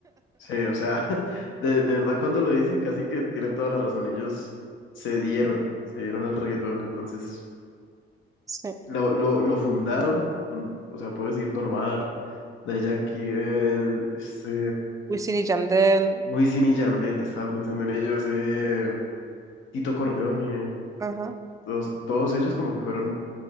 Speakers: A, on the left; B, on the right.
A: sí, o sea, <laughs> de, de verdad cuando lo dicen casi que tienen toda la razón. Ellos se dieron, se dieron al reggaetón, entonces
B: Sí.
A: lo, lo, lo fundaron, con- o sea, puedo decir Don Omar, Daddy Yankee, el, este,
B: Wisin y Yandel,
A: Wisin y Yandel, estaba pensando en ellos, eh, Tito Corleone.
B: ajá.
A: Todos, todos ellos como que fueron